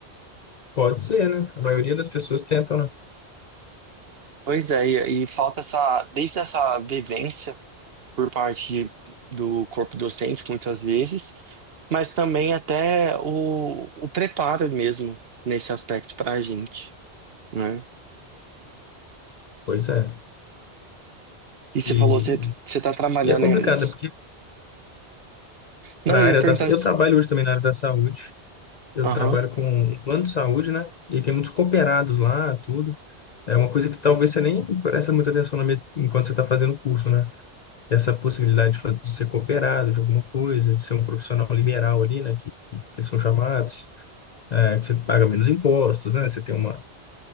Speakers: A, on the left; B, on the right.
A: pode ser, né? A maioria das pessoas tentam, né?
B: Pois é, e, e falta essa, desde essa vivência. por parte do corpo docente, muitas vezes, mas também até o, o preparo mesmo nesse aspecto para a gente, né?
A: Pois é.
B: E você
A: E,
B: falou, você, você tá trabalhando
A: e é complicado,
B: em...
A: né? Porque
B: Não,
A: para
B: eu
A: a área
B: ia perguntar
A: da... sa- Eu
B: se...
A: trabalho hoje também na área da saúde. Eu
B: Aham.
A: trabalho com um plano de saúde, né? E tem muitos cooperados lá, tudo. É uma coisa que talvez você nem presta muita atenção na med... enquanto você está fazendo o curso, né? Essa possibilidade de fa- de ser cooperado de alguma coisa, de ser um profissional liberal ali, né? Que que eles são chamados, é, que você paga menos impostos, né? Você tem uma,